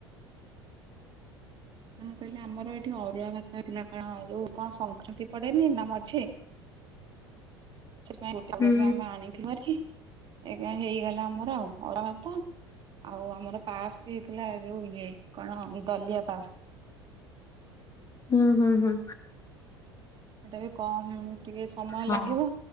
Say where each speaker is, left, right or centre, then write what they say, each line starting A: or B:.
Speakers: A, on the right; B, on the left.
A: ନା ମୁଁ କହିଲି ଆମର ଏଇଠି ଅରୁଆ ଭାତ ହୋ କଣ ଯୋଉ କଣ ସଂସ୍କୃତି ପଡେନି ନା ମଝି।
B: <inaudible>
A: ସେଥିପାଇଁ ଗୋ ଆଳ
B: ହୁଁ
A: ବି ଆମେ ଆଣିଥିଲୁ ବାରି। ଏଗା ହେଇଗଲା ଆମର ଆଉ ଅଳାଭାତ। ଆଉ ଆମର ପାସ୍ ବି ହେଇଥିଲା ଯୋଉ ଇଏ କଣ ଦଲିଆ ପାସ୍।
B: ହୁଁ ହୁଁ ହୁଁ।
A: ସେଟା ବି କମ୍ ଏମ୍ସିସ୍ ଟିକେ ସମୟ
B: ହଁ।
A: ଲାଗିବ